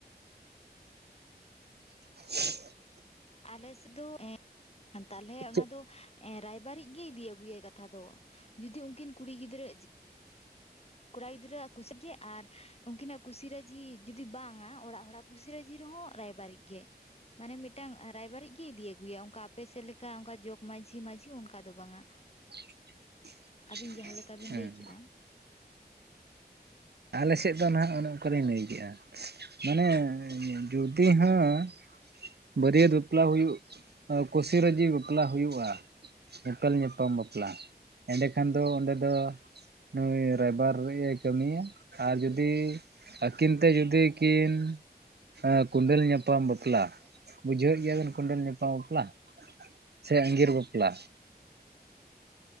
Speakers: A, on the right (about 75°); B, on the left (about 35°).
A: <inaudible>
B: ᱟᱞᱮ ᱥᱮᱫ ᱫᱚ <unintelligible> ᱛᱟᱦᱞᱮ ᱚᱱᱟ
A: ᱪᱮᱫ
B: ᱫᱚᱼᱼ ᱮ ᱨᱟᱭᱵᱟᱨ ᱤᱡ ᱜᱮ ᱤᱫᱤ ᱟᱜᱩᱭᱟ ᱠᱟᱛᱷᱟ ᱫᱚ ᱡᱩᱫᱤ ᱩᱱᱠᱤᱱ ᱠᱩᱲᱤ ᱜᱤᱫᱽᱨᱟᱹ᱾ ᱠᱚᱲᱟ ᱜᱤᱫᱽᱨᱟᱹᱣ ᱟᱜ ᱠᱩᱥᱤ ᱜᱮ ᱟᱨ ᱩᱱᱠᱤᱱᱟᱜ ᱠᱩᱥᱤ ᱨᱟᱡᱤ ᱡᱩᱫᱤ ᱵᱟᱝᱼᱟ ᱚᱲᱟᱜ ᱦᱚᱲᱟᱜᱼᱼ ᱠᱩᱥᱤ ᱨᱟᱹᱡᱤ ᱨᱮ ᱦᱚᱸ ᱨᱟᱭᱵᱟᱨ ᱤᱡ ᱜᱮᱼᱼ ᱢᱟᱱᱮ ᱢᱤᱫᱴᱟᱝ ᱨᱟᱭᱵᱟᱨ ᱤᱡ ᱜᱮ ᱤᱫᱤ ᱟᱹᱜᱩᱭᱟ ᱚᱱᱠᱟ ᱟᱯᱮ ᱥᱮᱫ ᱞᱮᱠᱟ ᱚᱱᱠᱟ ᱡᱚᱜᱽ ᱢᱟᱹᱡᱷᱤ ᱢᱟᱹᱡᱷᱤ ᱚᱱᱠᱟ ᱫᱚ ᱵᱟᱝᱼᱟ᱾
A: <inaudible>
B: ᱟᱹᱵᱤᱱ ᱡᱟᱦᱟᱸ ᱞᱮᱠᱟ ᱵᱤᱱ
A: ᱦᱮᱸ
B: ᱞᱟᱹᱭ ᱠᱮᱜᱼᱟ᱾
A: ᱟᱞᱮ ᱥᱮᱫ ᱫᱚ ᱱᱟᱦᱟᱜ ᱚᱱᱮ ᱚᱱᱠᱟ ᱞᱤᱧ ᱞᱟᱹᱭ ᱠᱮᱜ-ᱟ ᱢᱟᱱᱮ ᱡᱩᱫᱤ ᱦᱚᱸ ᱵᱟᱹᱨᱭᱟᱹᱛ ᱵᱟᱯᱞᱟ ᱦᱩᱭᱩᱜ ᱠᱩᱥᱤ ᱨᱟᱹᱡᱤ ᱵᱟᱯᱞᱟ ᱦᱩᱭᱩᱜ-ᱟ᱾ ᱧᱮᱯᱮᱞ ᱧᱟᱯᱟᱢ ᱵᱟᱯᱞᱟ ᱮᱸᱰᱮᱠᱷᱟᱱ ᱫᱚ ᱚᱸᱰᱮ ᱫᱚ ᱱᱩᱭ ᱨᱟᱭᱵᱟᱨ <unintelligible> ᱠᱟᱹᱢᱤᱭᱟ ᱟᱨ ᱡᱩᱫᱤ ᱟᱹᱠᱤᱱ ᱛᱮ ᱡᱩᱫᱤ ᱠᱤᱱ ᱦᱟᱸ ᱠᱚᱸᱰᱟᱹᱮᱞ ᱧᱟᱯᱟᱢ ᱵᱟᱯᱞᱟ ᱵᱩᱡᱷᱟᱹᱣᱮᱫ ᱜᱮᱭᱟᱢ ᱠᱩᱸᱰᱟᱹᱮᱞ ᱧᱟᱯᱟᱢ ᱵᱟᱯᱞᱟ᱾ ᱥᱮ ᱟᱸᱜᱤᱨ ᱵᱟᱯᱞᱟ᱾